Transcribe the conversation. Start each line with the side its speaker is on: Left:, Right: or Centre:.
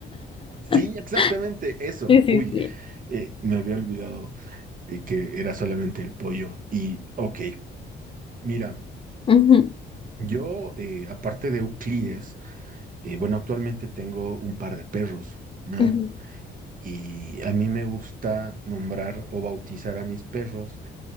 Right: Sí,
Left: <laughs>
Right: exactamente eso.
Left: Sí, sí,
Right: Uy,
Left: sí.
Right: eh, me había olvidado eh, que era solamente el pollo. Y, ok, mira,
Left: Ujú,
Right: yo, eh, aparte de Euclides, eh, bueno, actualmente tengo un par de perros, ¿no?
Left: ujú,
Right: Y a mí me gusta nombrar o bautizar a mis perros